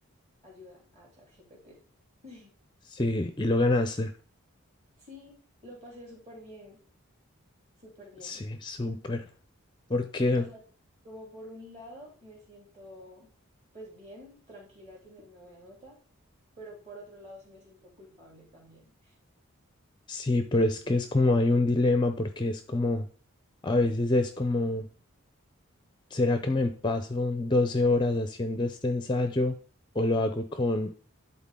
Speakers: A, on the right; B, on the left.
A: ayuda a ChatGPT. <laughs>
B: Sí, y lo ganaste.
A: Sí, lo pasé súper bien, súper bien.
B: Sí, súper. Porque
A: O sea, como por un lado me siento pues bien, tranquila de tener una buena nota, pero por otro lado sí me siento culpable también.
B: sí, pero es que es como hay un dilema, porque es como A veces es como, ¿será que me paso 12 horas haciendo este ensayo o lo hago con,